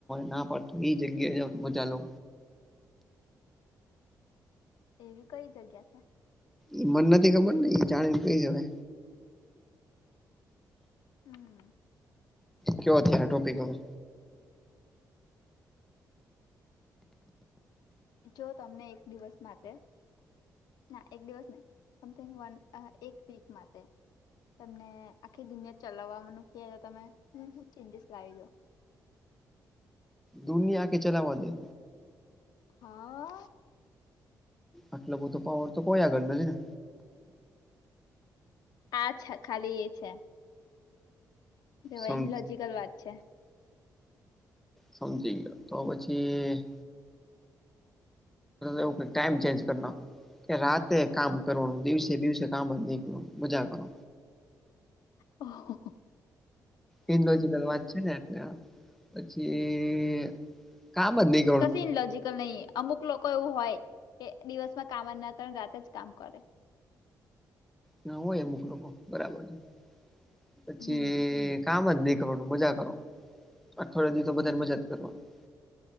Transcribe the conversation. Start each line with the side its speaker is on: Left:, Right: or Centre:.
Centre: ના પાડત એ જગ્યાએ જવ મજા લઉ.
Left: એવી કઈ જગ્યા છે.
Centre: એ મન નથી ખબર ને એ જાણી ને કઈશ હવે.
Left: હમ
Centre: કયો અત્યારે ટોપિક હવે.
Left: જો તમને એક દિવસ માટે ના એક દિવસ ને સમથિંગ વન એક વીક માટે તમને આખી દુનિયા ચલાવનુ કે તો તમે હું હું ચેન્જીસ લાવી દો.
Centre: દુનિયા આખી ચલાવા દે.
Left: હા
Centre: આટલો બધો પાવર તો કોઈ આગળ નથી ને.
Left: આાછ ખાલી એ છે. કે
Centre: સમ
Left: ઈન્લોજીકલ વાત છે.
Centre: સમજીગ્યો. તો પછી એવું ટાઈમ ચેન્જ કરી નાખો કે રાતે કામ કરવાનું દિવસે દિવસે કામ જ નઈ મજા કરો.
Left: ઓહ હોહો
Centre: ઈનલોજીકલ વાત છે ને એટલે પછી કામ જ ની
Left: કશી ઇનલોજકલ નહી અમુક લોકો એવું હોય કે દિવસમાં કામ ના કર રાતે જ કામ કરે.
Centre: ના હોય અમુક લોકો બરાબર છે પછી
Left: હમ
Centre: કામ જ નહીં કરવાનું મજા કરો અઠવાડી દિ તો બધા મજા જ કરવાની.